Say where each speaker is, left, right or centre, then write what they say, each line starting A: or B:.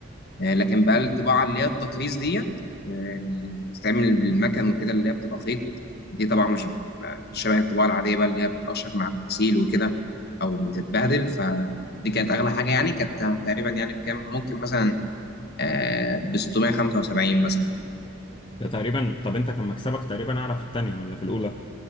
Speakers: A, on the left; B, on the left.
A: آه، لكن بقى الطباعه اللي هي التطريز ديت آه، اللي بتتعمل بالمكن وكده اللي هي بتبقى خيط دي طبعا مش شبه الطباعه العاديه بقى اللي هي بتقشر مع الغسيل وكده او بتتبهدل فدي كانت اغلى حاجه يعني كانت تقريبا يعني بكام ممكن مثلا آه، ب 675 مثلا
B: ده تقريبا طب انت كان مكسبك تقريبا اعلى في التانية ولا في الاولى